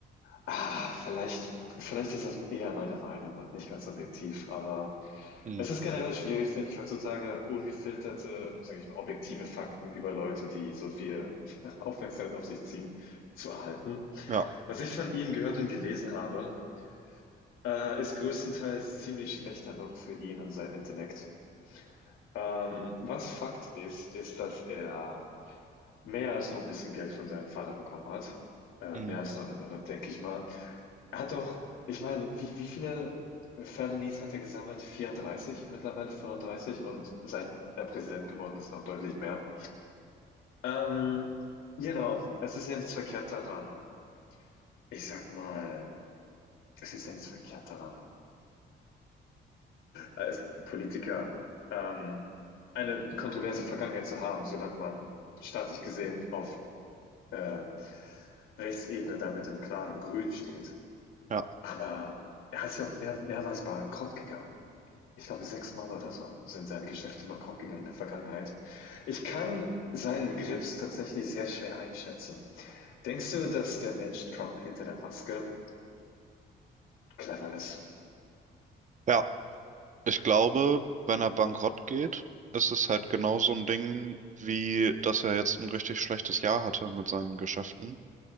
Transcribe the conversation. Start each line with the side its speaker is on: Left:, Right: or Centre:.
Left: Ah, vielleicht, vielleicht ist das eher meine Meinung und nicht ganz objektiv, aber
Right: Hm.
Left: Es ist generell schwierig, finde ich, heutzutage ungefilterte, sage ich mal, objektive Fakten über Leute, die so viel <laughs> Aufmerksamkeit auf sich ziehen, zu erhalten.
Right: Ja.
Left: Was ich von ihm gehört und gelesen habe, äh, ist größtenteils ziemlich schlechter Look für ihn und seinen Intellekt. Ähm, was Fakt ist, ist, dass er mehr als nur ein bisschen Geld von seinem Vater bekommen hat. Äh,
Right: Hm.
Left: mehr als nur eine Menge, denke ich mal. Er hat auch, ich meine, wie, wie viele Felonies hat er gesammelt? 34, mittlerweile 35 und seit er Präsident geworden ist, noch deutlich mehr. Ähm, genau, es ist ja nichts verkehrt daran. Ich sag mal, es ist ja nichts verkehrt daran, als Politiker ähm, eine kontroverse Vergangenheit zu haben, solange man staatlich gesehen auf äh, Rechtsebene damit im Klaren, im Grün steht.
Right: Ja.
Left: Aber er ist ja auch mehr, mehrmals bankrott gegangen. ich glaube, sechsmal oder so sind seine Geschäfte bankrott gegangen in der Vergangenheit. Ich kann seinen Grips tatsächlich sehr schwer einschätzen. Denkst du, dass der Mensch Trump hinter der Maske clever ist?
Right: Ja. Ich glaube, wenn er bankrott geht, ist es halt genau so ein Ding, wie dass er jetzt ein richtig schlechtes Jahr hatte mit seinen Geschäften.